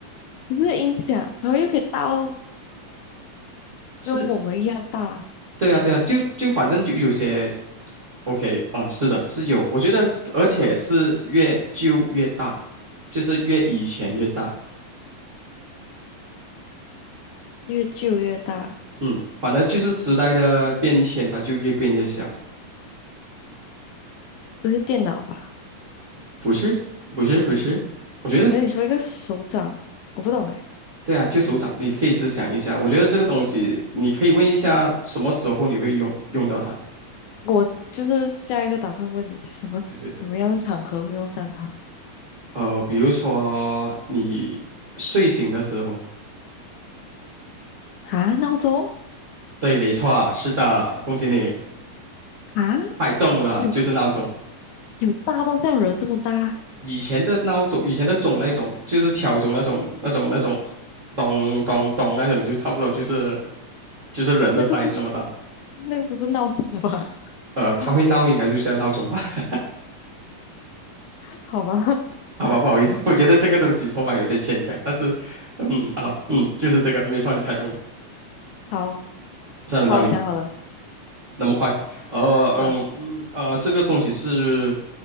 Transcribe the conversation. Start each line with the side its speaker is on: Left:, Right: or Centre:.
Left: 不是音响，然后又可以大到
Right: 是，
Left: 跟我们一样大，
Right: 对啊，对啊，就就反正就有些 OK 啊、是的，是有，我觉得而且是越旧越大，就是越以前越大，
Left: 越旧越大，
Right: 嗯，反正就是时代的变迁，它就越变越小，
Left: 不是电脑吧？
Right: 不是，不是，不是，我觉得
Left: 可是你说一个手掌，我不懂哎。
Right: 对啊，就手掌，你可以思想一下，我觉得这个东西你可以问一下什么时候你会用用到它，
Left: 我就是下一个打算问你，在什么什么样的场合会用上它
Right: 对对对，呃，比如说你睡醒的时候，
Left: 啊？闹钟
Right: 对，没错啊，是的，恭喜你，
Left: 啊？
Right: 太重了，
Left: 有
Right: 就是闹钟。
Left: 有大到像人这么大？
Right: 以前的闹钟，以前的钟那种，就是敲钟那种、那种、那种，咚咚咚那种，就差不多就是就是人的
Left: 那个不是
Right: size 那么大。
Left: 那个不是闹钟吧？
Right: 呃，它会闹，
Left: <laughs>
Right: 应该就像闹钟吧？<laughs>
Left: 好吧，
Right: 好吧，不好意思，我觉得这个东西说法有点牵强，但是，嗯啊，嗯，就是这个，没错，你猜中了，
Left: 好
Right: 算轮到你，
Left: 好想好了，
Right: 那么快。呃，嗯嗯，
Left: 嗯，
Right: 呃，这个东西是，